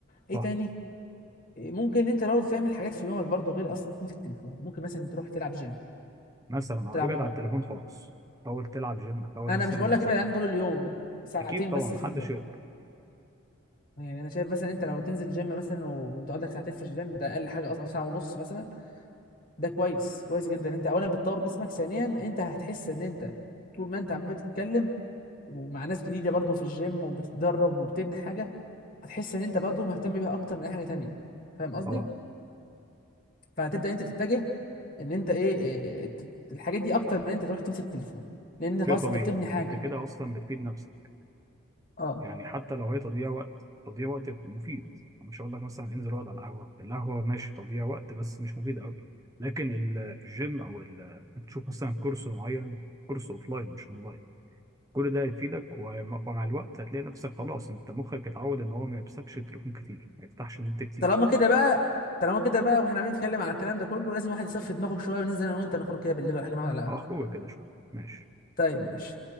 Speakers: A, on the left; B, on the right.
A: ايه
B: صح
A: تاني إيه ممكن انت برضو تعمل حاجات في يومك برضو غير اصلا تمسك تليفون ممكن مثلا تروح تلعب جيم
B: مثلا اه
A: تلعب
B: ابعد
A: رياضه
B: عن التليفون خالص حاول تلعب جيم حاول
A: انا
B: مثلا
A: مش بقول لك
B: تذاكر
A: ابعد عنه طول اليوم ساعتين
B: اكيد طبعا
A: بس
B: محدش
A: في اليوم
B: يقدر
A: يعني انا شايف مثلا انت لو تنزل جيم مثلا وتقعد لك ساعتين في الجيم ده اقل حاجه اصلا ساعه ونص مثلا ده كويس كويس جدا انت اولا بتطور جسمك ثانيا انت هتحس ان انت طول ما انت عمال بتتكلم ومع ناس جديده برضو في الجيم وبتتدرب وبتبني حاجه هتحس ان انت برضو مهتم بيها اكتر من اي حاجه تانية فاهم قصدي
B: طبعا
A: فهتبدا انت تتجه ان انت ايه إيه، إيه، ت- الحاجات دي اكتر من انت تروح تمسك تليفون لان
B: شيء
A: خلاص
B: طبيعي
A: انت بتبني
B: انت
A: حاجه
B: كده اصلا بتفيد نفسك
A: اه
B: يعني حتى لو هي تضييع وقت تضييع وقت مفيد مش هقول لك مثلا انزل اقعد على القهوه القهوه ماشي تضييع وقت بس مش مفيد قوي لكن ال- الجيم او ال- انك تشوف مثلا كورس معين كورس اوفلاين مش اونلاين كل ده هيفيدك وم- ومع الوقت هتلاقي نفسك خلاص انت مخك اتعود ان هو ما يمسكش تليفون كتير ما يفتحش النت كتير
A: طالما كده بقى طالما كده بقى واحنا عمالين نتكلم على الكلام ده كله لازم الواحد يصفي دماغه شويه وننزل انا وانت نخرج كده بالليل ولا حاجه نقعد على قهوه
B: اخرجه كده شويه ماشي
A: طيب ماشي